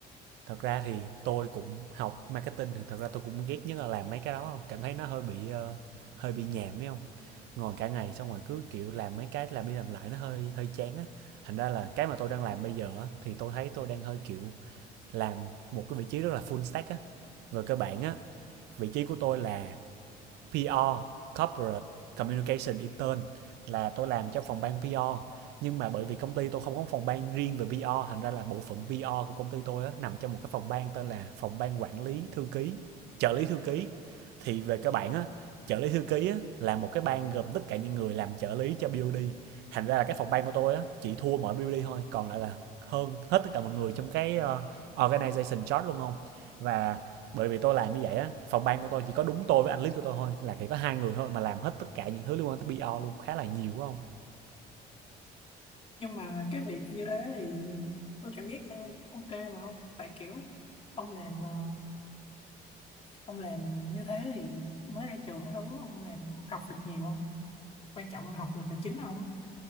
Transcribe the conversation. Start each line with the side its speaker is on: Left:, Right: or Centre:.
Right: Thật ra thì tôi cũng học marketing thì thật ra tôi cũng ghét nhất là làm mấy cái đó không? Cảm thấy nó hơi bị ờ, hơi bị nhàm ấy không? Ngồi cả ngày xong rồi cứ kiểu làm mấy cái làm đi làm lại nó hơi hơi chán á. Thành ra là cái mà tôi đang làm bây giờ á, thì tôi thấy tôi đang hơi kiểu làm một cái vị trí rất là full stack á. Về cơ bản á, vị trí của tôi là PR Corporate Communication Intern là tôi làm cho phòng ban PR nhưng mà bởi vì công ty tôi không có phòng ban riêng về PR thành ra là bộ phận PR của công ty tôi á, nằm trong một cái phòng ban tên là phòng ban quản lý thư ký trợ lý thư ký thì về các bạn á trợ lý thư ký á, là một cái ban gồm tất cả những người làm trợ lý cho BOD thành ra là cái phòng ban của tôi á, chỉ thua mỗi BOD thôi còn lại là hơn hết tất cả mọi người trong cái uh, organization chart luôn không và bởi vì tôi làm như vậy á phòng ban của tôi chỉ có đúng tôi với anh lít của tôi thôi là chỉ có hai người thôi mà làm hết tất cả những thứ liên quan tới PR luôn khá là nhiều phải không
Left: nhưng mà cái việc như thế thì tôi cảm giác ờ, ok mà ông tại kiểu ông làm ờ, ông làm như thế thì mới ra trường cái thứ ông làm ông học được nhiều không quan trọng là học được là chính không